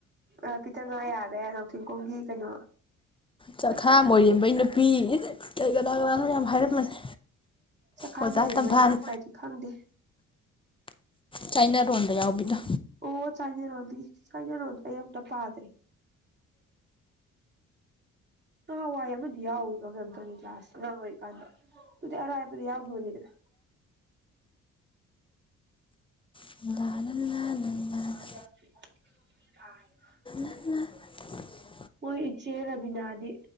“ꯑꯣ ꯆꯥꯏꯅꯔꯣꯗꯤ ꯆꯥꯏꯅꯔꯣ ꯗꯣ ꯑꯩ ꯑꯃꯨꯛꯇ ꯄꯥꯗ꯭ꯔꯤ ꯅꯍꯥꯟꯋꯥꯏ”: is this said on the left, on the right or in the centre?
Right